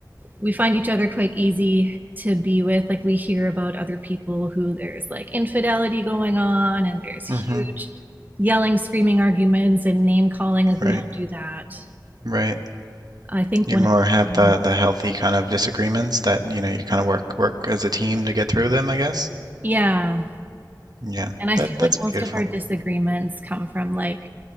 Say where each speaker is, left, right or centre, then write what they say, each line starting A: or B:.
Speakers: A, on the right; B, on the right.
A: we find each other quite easy to be with like we hear about other people who there's like infidelity going on and there's huge
B: Mm-hmm.
A: yelling screaming arguments and name calling like we
B: Right.
A: don't do that
B: Right.
A: i think
B: You
A: one
B: more
A: of the
B: have the the healthy kind of disagreements that, you know, you kind of work work as a team to get through them, I guess.
A: yeah
B: Yeah.
A: And I feel
B: That that's
A: like most
B: beautiful.
A: of our disagreements come from like